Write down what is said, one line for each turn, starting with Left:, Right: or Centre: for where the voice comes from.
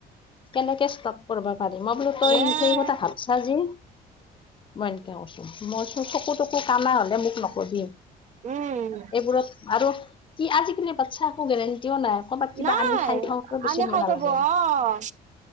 Left: কেনেকে চব কৰিব পাৰি, মই বোলো তই
Right: উম,
Left: সেইমতে ভাবছা যে, মই এনেকে কছো। মই চকু-তকু কানা হ'লে মোক নকবি।
Right: উম,
Left: এইবোৰত আৰু কি আজিকালি বাচ্ছা <unintelligible> কৰ'বাত কিবা
Right: নাই,
Left: আনি খাই থাকোতেও বেছি
Right: আনি
Left: সময়
Right: খাই
Left: নালাগে
Right: থাকো অ'।